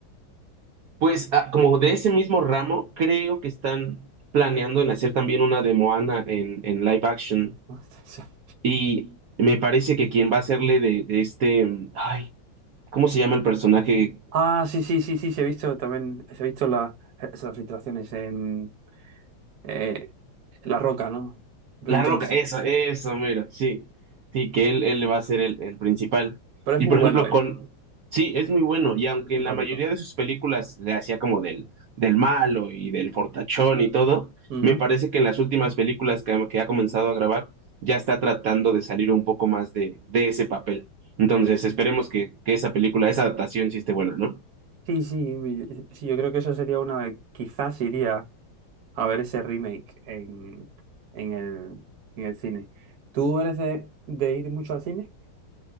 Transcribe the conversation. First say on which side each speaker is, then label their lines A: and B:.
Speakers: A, on the right; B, on the right.
A: Pues ah, como de ese mismo ramo, creo que están planeando en hacer también una de Moana en, en live action
B: <laughs>
A: y me parece que quien va a hacerle de, de este, mm, ay, ¿cómo se llama el personaje?
B: Ah, sí, sí, sí, sí, se ha visto también, se ha visto la- es- las filtraciones en eh, La Roca, ¿no? Dwayne
A: La Roca,
B: Johnson.
A: eso, eso, mero, sí. Sí, que él, él va a ser el, el principal.
B: Pero es
A: Y
B: muy
A: por
B: bueno
A: ejemplo,
B: él,
A: con. Sí, es muy bueno. Y aunque
B: muy simpático.
A: en la mayoría de sus películas le hacía como del, del malo y del fortachón y todo,
B: Ujú.
A: me parece que en las últimas películas que, que ha comenzado a grabar, ya está tratando de salir un poco más de, de ese papel. Entonces, esperemos que, que esa película, esa adaptación sí esté buena, ¿no?
B: Sí, sí, mi- sí, yo creo que eso sería una, quizás iría a ver ese remake en, en el, en el cine. ¿Tú eres de, de ir mucho al cine?